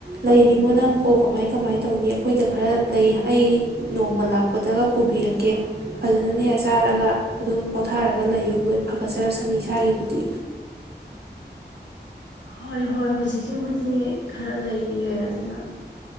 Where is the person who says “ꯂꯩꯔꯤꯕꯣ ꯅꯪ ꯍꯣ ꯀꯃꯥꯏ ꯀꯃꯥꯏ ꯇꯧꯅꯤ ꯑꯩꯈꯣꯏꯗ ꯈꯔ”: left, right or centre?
Right